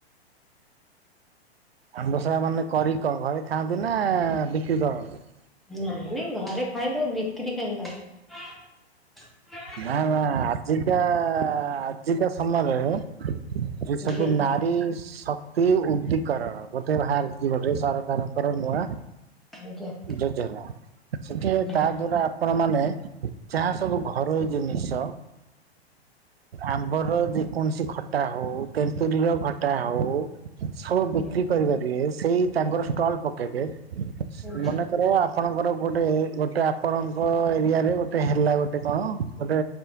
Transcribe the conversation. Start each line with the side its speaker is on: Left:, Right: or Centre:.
Right: ଆମ୍ବସରା ମାନେ କରି କଣ ଘରେ ଖାଆନ୍ତି ନା ବିକ୍ରି କରନ୍ତି?
Centre: ନାଇଁ ନାଇଁ ଘରେ ଖାଇଦୋଉ ବିକ୍ରି କାହିଁ କରିବୁ।
Right: ନା ନା ଆଜିକା ଆଜିକା ସମୟରେ ଆଚ୍ଛା
Centre: ଆଜ୍ଞା
Right: ସବୁ ନାରୀ ଶ୍ ଶକ୍ତି ଉଦିକରଣ ଗୋଟେ ଭାରିଚି ଗୋଟେ ସରକାରଙ୍କର ନୂଆ
Centre: ଆଜ୍ଞା
Right: ଯୋଜନା ସେଠି
Centre: ଆଜ୍ଞା।
Right: ତା ଦ୍ଵାରା ଆପଣ ମାନେ ଯାହା ସବୁ ଘରୋଇ ଜିନିଷ ଆମ୍ବର ଯେ କୌଣସି ଖଟା ହଉ, ତେନ୍ତୁଲିର ଖଟା ହଉ ସବୁ
Centre: ଆଜ୍ଞା
Right: ବିକ୍ରି କରିପାରିବେ। ସେଇ ତାଙ୍କର ଷ୍ଟଲ୍ ପକେଇବେ ।
Centre: ଆଜ୍ଞା
Right: ମନେକର ଆପଣଙ୍କର ଗୋଟେ ଗୋଟେ ଆପଣଙ୍କ ଏରିଆ ରେ ଗୋଟେ ହେଲା ଗୋ ଟେ କଣ ଗୋଟେ